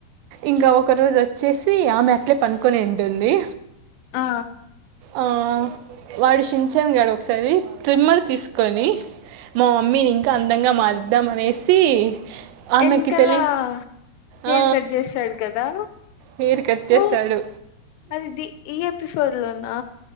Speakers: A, on the right; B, on the left.
A: ఇంకా ఒక రోజు వచ్చేసి ఆమె అట్లే పనుకొని టుంది
B: ఆ
A: ఆ వాడు షిన్ షాన్ గాడు ఒకసారి ట్రిమ్మర్ తీసుకొని మా మమ్మీని ఇంకా అందంగా మారుద్దాం అనేసి ఆమెకి
B: ఎనకాలా
A: తెలి
B: హెయిర్
A: ఆ
B: కట్ చేస్తాడు కదా
A: హెయిర్ కట్ చేశాడు
B: హ అదిది ఇయ <unintelligible> పిసోడ్ లోనా